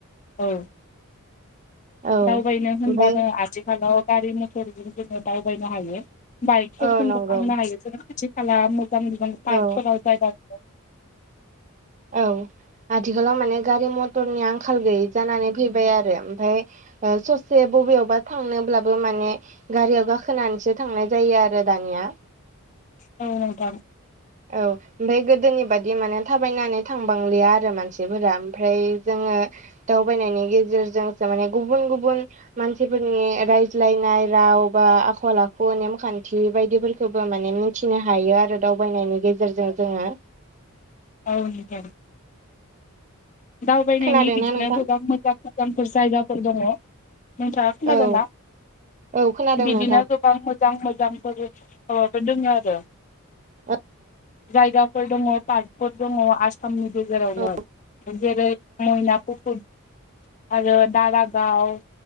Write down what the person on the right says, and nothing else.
औ
ओमफ्राय
औ
नंगौ
औ
औ। आथिखालाव माने गारि- मतरनि आंखाल गैयि जानानै फैबाय आरो ओमफाय। ओ ससे बबेयावबा थांनोब्लाबो माने। गारियाव गाखोनानैसो थांनाय जायो आरो दानिया।
औ। ओमफाय गोदोनि बादि माने थाबायनानै थांबांलिया आरो मानसिफोरा ओमफ्राय जोङो। दावबायनायनि गेजेरजोंसो माने गुबुन-गुबुन। मानसिफोरनि रायज्लायनाय राव बा आखल-आखु, नेमखान्थि बायदिफोरखौबो माने मि। थिनो हायो आरो दावबायनायनि गेजेरजों जोङो।
खोनादोंना
नोंथां
औ औ खोनादों
नोंथां
ओ।
औ